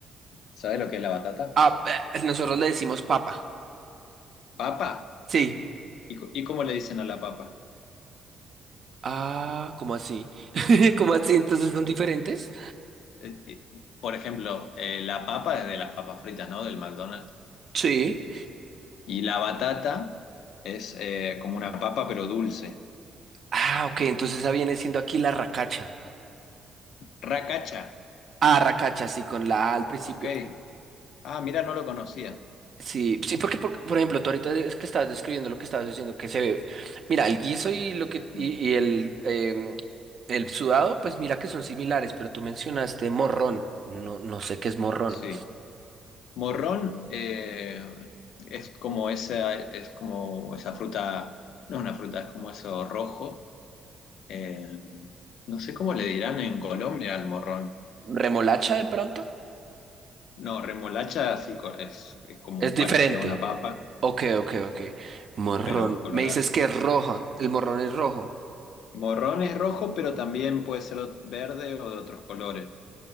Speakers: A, on the left; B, on the right.
A: ¿Sabes lo que es la batata?
B: Ah, eh, nosotros le decimos papa.
A: Papa.
B: Sí.
A: ¿Y, co- y cómo le dicen a la papa?
B: Ah, ¿cómo así? <laughs> ¿Cómo así? Entonces son diferentes.
A: Eh, eh, por ejemplo, eh, la papa es de las papas fritas, ¿no? Del McDonald's.
B: Sí.
A: Y la batata es eh, como una papa, pero dulce.
B: Ah, ok, entonces esa viene siendo aquí la racacha.
A: Racacha.
B: Ah, racacha, sí, con la A al principio.
A: Ok. Ah, mira, no lo conocía.
B: Sí, sí, porque por, por ejemplo, tú ahorita es que estabas describiendo lo que estabas diciendo, que se ve. Mira, el guiso y lo que
A: Ujú.
B: y, y el em, el sudado, pues mira que son similares, pero tú mencionaste morrón. No, no sé qué es morrón.
A: Sí. Morrón eh, es como esa, es como esa fruta, no es una fruta, es como eso rojo. eh, no sé cómo le dirán en Colombia al morrón.
B: ¿Remolacha de pronto?
A: No, remolacha sí co- es, es como
B: Es diferente.
A: parecida a una papa,
B: Ok, ok, ok. Morrón.
A: pero colorada.
B: Me dices que es roja. El morrón es rojo.
A: Morrón es rojo, pero también puede ser ot- verde o de otros colores.